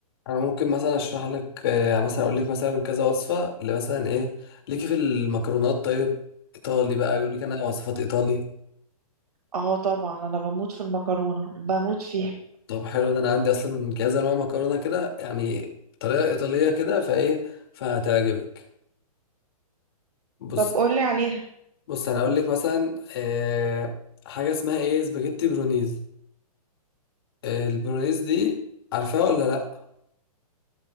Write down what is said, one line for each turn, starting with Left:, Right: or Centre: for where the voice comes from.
Left: انا ممكن مثلا اشرح لك آه، مثلا اقول لك مثلا كذا وصفه اللي مثلا ايه ليكي في المكرونات طيب ايطالي بقى يقول لك انا وصفات ايطالي
Right: اه طبعا انا بموت في المكرونه بموت فيها
Left: طب حلو ده انا عندي اصلا كذا نوع مكرونه كده يعني طريقه ايطاليه كده فايه فهتعجبك بص
Right: طب قولي عليها
Left: بص انا اقول لك مثلا آه، حاجه اسمها ايه سباجيتي برونيز آه، البرونيز دي عارفاها ولا لا